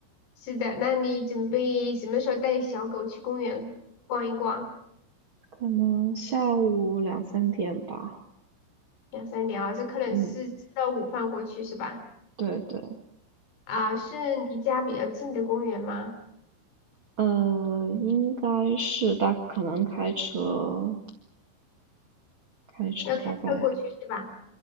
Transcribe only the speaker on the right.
可能下午两三点吧。
嗯，对对，
呃，应该是大，可能开车，开车大概，